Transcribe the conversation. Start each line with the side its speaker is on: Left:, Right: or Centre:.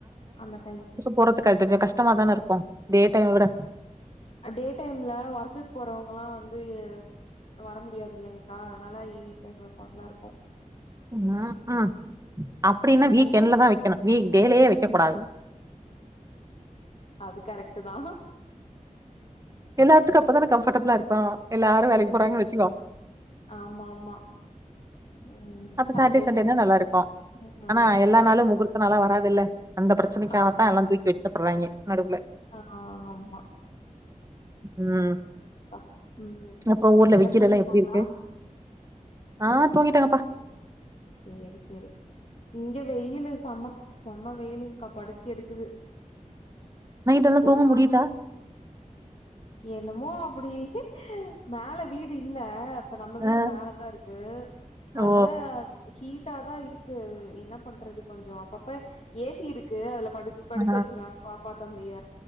Left: அந்த டைம்
Right: போறத்துக் காட்டுட்டு கஷ்டமா தான இருக்கும் டே டைம்ம விட
Left: அ டே டைம்ல ஒர்க்குக்கு போறவங்கல்லா வந்து அ வர முடியாதுல்லைங்கா அதனால ஈவினிங் டைம்மு வெப்பாங்களாருக்கு
Right: ம் ஹும் அப்படின்னா
Left: ம்.
Right: வீக் எண்ட்ல தானன வைக்கணு வீக் டேலே வைக்க
Left: ம்.
Right: கூடாது
Left: அது கரெக்ட்டு தா
Right: எல்லாத்துக்கு அப்பதான கம்ஃபர்டபுளா இருக்கு எல்லாரு வேலைக்கி போறாங்கன்னு வச்சுக்கோ
Left: ஆமாமா. ம்
Right: அப்ப
Left: சாட்டே
Right: சாட்டர் சண்டேனா
Left: சண்டே
Right: நல்லாருக்கு
Left: மட்டு ம்
Right: ஆனா எல்லா
Left: ஆ
Right: நாளும் முகூர் த்த நாள வராதுல்ல அந்த பிரச்சனைக்காவத்தா
Left: ஆமா
Right: எல்லா தூக்கி வச்சப்பட்றாயிங்க நடுவுல
Left: ஆ ஆமா
Right: ம்
Left: ஆ ம்
Right: அப்புறோ ஊர்ல
Left: எல்லா
Right: வெயிலெல்லா
Left: தூங்கிட்டாங்களா
Right: எப்படி இருக்கு ஆ தூங்கிட்டேங்கப்பா
Left: சேரி சேரி இங்க வெயிலு செம்ம ப்ப செம்ம வெயிலுங்க்கா படுத்தி எடுக்குது
Right: நைடெல்லா
Left: ஒரு
Right: தூங்க முடியுதா
Left: என்னமோ அப்பிடி மேல வீடு இல்ல இப்ப நம்ம வீடு
Right: ஆ
Left: மேல தா இருக்கு அதனால
Right: ஓ
Left: ஹீட்டா தா இருக்கு என்ன பண்றது கொஞ்சோ அப்பப்ப ஏ சி இருக்கு அதுல படு படுக்க
Right: ஆ
Left: வச்சருவே பாப்பா தம்பிய